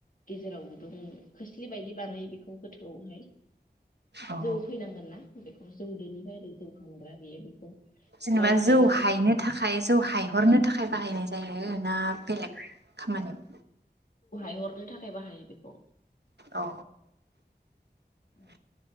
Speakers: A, on the left; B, on the right.
A: गेजेराव गुदुं खोस्लि बायदि बानायो बेखौ गोथौआवहाय
B: अ
A: जौ फैनांगोनना जौदैनिफ्राय ओरै जौ हानग्रा बेयो बेखौ
B: जेनेबा
A: लावथाय
B: जौ
A: होनो
B: हायनो थाखाय जौ हायहरनो थाखाय बाहायनाय जायो ना बेलेग खामानियाव
A: हरनो थाखाय बाहायो बेखौ
B: औ
A: ओ